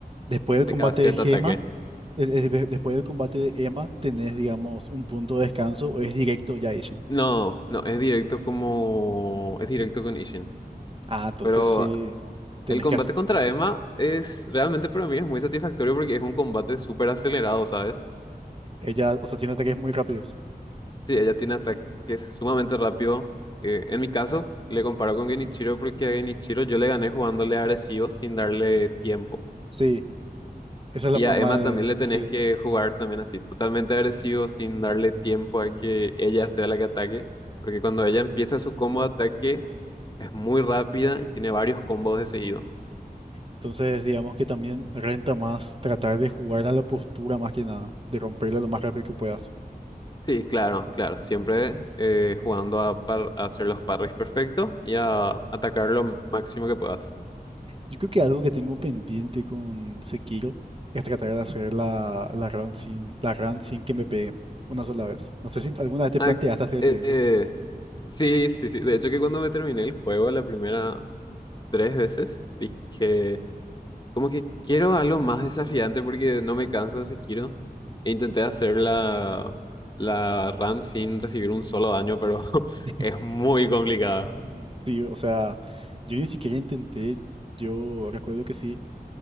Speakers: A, on the right; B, on the left.
A: después del combate
B: de cada cierto
A: de Gema,
B: ataque.
A: de- de- de- después del combate de Emma, tenés, digamos, un punto de descanso o es directo ya Ishin.
B: No, no, es directo como... Es directo con Ishin.
A: Ah, entonces
B: Pero
A: sí, tenés
B: el combate
A: que hacer.
B: contra Emma es... Realmente para mí es muy satisfactorio porque es un combate súper acelerado, ¿sabes?
A: Ella, o sea, tiene ataques muy rápidos.
B: Sí, ella tiene ataques sumamente rápido. Eh, en mi caso, le comparo con Genichiro porque a Genichiro yo le gané jugándole agresivo sin darle tiempo.
A: Sí, esa es
B: Y
A: la forma
B: a Emma
A: de.
B: también le tenés
A: Sí.
B: que jugar también así, totalmente agresivo, sin darle tiempo a que ella sea la que ataque, porque cuando ella empieza su combo de ataque es muy rápida y tiene varios combos de seguido.
A: Entonces, digamos que también renta más tratar de jugar a la postura más que nada, de romperla lo más rápido que puedas.
B: Sí, claro, claro, siempre eh, jugando a, par- a hacer los parries perfectos y a atacar lo máximo que puedas.
A: Yo creo que algo que tengo pendiente con Sekiro es tratar de hacer la, la run sin, la run sin que me peguen una sola vez. No sé si alguna vez te
B: Ah,
A: planteaste hacerte
B: eh,
A: eso.
B: eh, sí, sí, sí, de hecho que cuando me terminé el juego la primera tres veces, dije... Como que quiero algo más desafiante porque no me canso si quiero. E intenté hacer la, la run sin recibir un solo daño, pero <laughs>
A: <laughs>
B: es muy complicada.
A: Sí, o sea, yo ni siquiera intenté, yo recuerdo que sí,